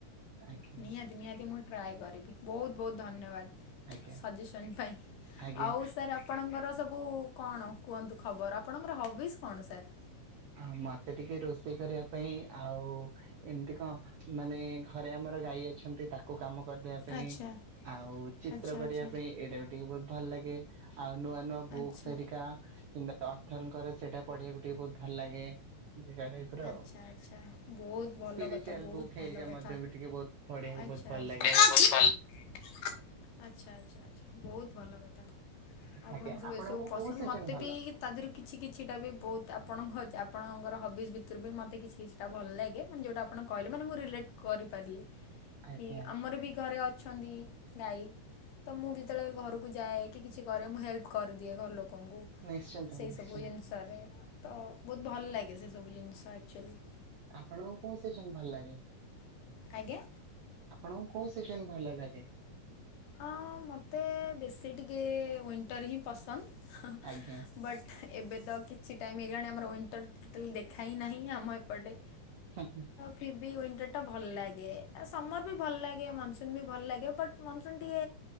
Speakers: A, on the right; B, on the left.
A: ଆଜ୍ଞା।
B: ନିହାତି ନିହାତି ମୁଁ ଟ୍ରାଏ କରିବି ବହୁତ ବହୁତ ଧନ୍ୟବାଦ।
A: ଆଜ୍ଞା
B: ସଜେସନ୍ ପାଇଁ
A: ଆଜ୍ଞା
B: ଆଉ ସାର୍ ଆପ ଆପଣଙ୍କର ସବୁ କଣ କୁହନ୍ତୁ ଖବର ଆପଣଙ୍କର ହବିସ୍ କଣ ସାର୍?
A: ଆଉ ମତେ ଟିକେ ରୋଷେଇ କରିବା ପାଇଁ ଆଉ ଏମିତି କଣ ମାନେ ଘରେ ଆମର ଗାଈ ଅଛନ୍ତି ତାକୁ କାମ କରିଦବା ପାଇଁ
B: ଆଚ୍ଛା
A: ଆଉ ଚିତ୍ର
B: ଆଚ୍ଛା
A: କରିବା
B: ଆଚ୍ଛା
A: ପାଇଁ ଏଇଟା ଗଟେ ଟିକେ ବହୁତ ଭଲ ଲାଗେ ଆଉ ନୂଆ ନୂଆ ବୁକ୍
B: ଆଚ୍ଛା।
A: ହେରିକା କିମ୍ବା ଅର୍ଥଙ୍କର ସେଇଟା ପଢ଼ିବାକୁ ଟିକେ ବହୁତ ଭଲ ଲାଗେ। ଏମିତିକା ଟାଇପ ର
B: ଆଚ୍ଛା
A: ଆଉ
B: ଆଚ୍ଛା ବହୁତ ଭଲ
A: ସ୍ପିରିଚୁଆଲ
B: କଥା ବହୁତ
A: ବୁକ୍ ହେରିକା
B: ଭଲ କଥା।
A: ମଧ୍ୟ ବି ଟିକେ ବହୁତ ପଢିବାକୁ
B: ଆଚ୍ଛା
A: ବହୁତ ଭଲ
B: ଆଚ୍ଛା
A: ଲାଗେ।
B: <unintelligible> ଆଚ୍ଛା ଆଚ୍ଛା ଆଚ୍ଛା। ଆଚ୍ଛା ବହୁତ ଭଲ କଥା ଆପଣଙ୍କ
A: ଆଜ୍ଞା
B: ସବୁ
A: ଆପଣଙ୍କୁ
B: ଏସବୁ ପସନ୍ଦ
A: କୋଉ ସିଜନ
B: ମୋତେ
A: ଭଲ
B: ବି ତା ଦେହରୁ କିଛି କିଛିଟା ବି ବହୁତ ଆପଣଙ୍କ ଆପଣଙ୍କ ହବିସ୍ ଭିତରୁ ବି ମୋତେ କିଛି କିଛିଟା ଭଲ ଲାଗେ ମାନେ ଯଉଟା ଆଣ କହିଲେ ମୁଁ ରିଲେଟ୍ କରିପାରିଲି।
A: ଆଜ୍ଞା
B: କି ଆମର ବି ଘରେ ଅଛନ୍ତି ଗାଈ ତ ମୁଁ ଯେତେବେଳେ ଘରକୁ ଯାଏ ତି କିଛି କରେ ମୁଁ ହେଲ୍ପ କରିଦିଏ ଘର ଲୋକଙ୍କୁ
A: ନିଶ୍ଚିନ୍ତ
B: ସେଇ
A: ନିଶ୍ଚିନ୍ତ
B: ସବୁ ଜିନିଷ କରେ ତ ବହୁତ ଭଲ ଲାଗେ ସେ ସବୁ ଜିନିଷ ଆକ୍ଚୁଆଲି।
A: ଆପଣଙ୍କୁ କୋଉ ସିଜନ୍ ଭଲ ଲାଗେ?
B: ଆଜ୍ଞା?
A: ଆପଣଙ୍କୁ କୋଉ ସିଜନ୍ ଭଲ ଲାଗେ?
B: ହଁ ମୋତେ ବେଶୀ ଟିକେ ୱିଣ୍ଟର୍ ହିଁ ପସନ୍ଦ।
A: ଆଜ୍ଞା
B: ବଟ୍ ଏବେ ତ କିଛି ଟାଇମ୍ ହେଇଗଲାଣି ଆମର ୱିଣ୍ଟର୍ ଟୋଟାଲି ଦେଖା ହିଁ ନାହିଁ ଆମ ଏପଟେ।
A: ହୁଁ ହୁଁ।
B: ଫିର୍ବି ୱିଣ୍ଟର୍ ଟା ଭଲ ଲାଗେ ସମର ବି ଭଲ ଲାଗେ ମନସୁନ୍ ବି ଭଲ ଲାଗେ ବଟ ମନସୁନ୍ ଗେ